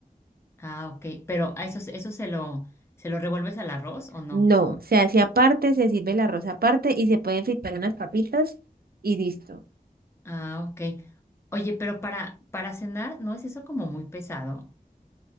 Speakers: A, on the left; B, on the right.
A: Ah, ok. Pero a eso, eso se lo, se lo revuelves al arroz o no?
B: No, se hace aparte, se sirve el arroz aparte y se pueden fritar unas papitas y listo.
A: Ah, ok. Oye, pero para, para cenar, ¿no es eso como muy pesado?